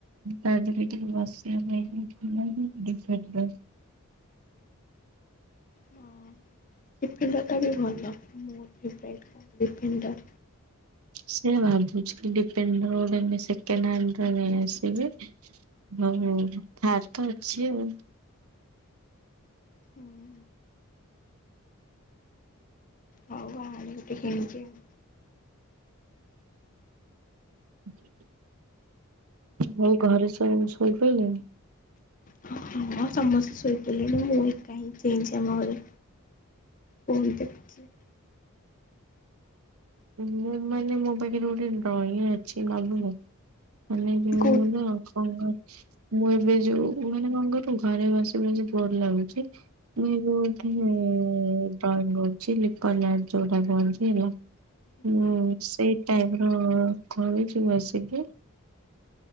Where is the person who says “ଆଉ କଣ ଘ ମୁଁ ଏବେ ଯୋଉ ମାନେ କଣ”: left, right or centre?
Right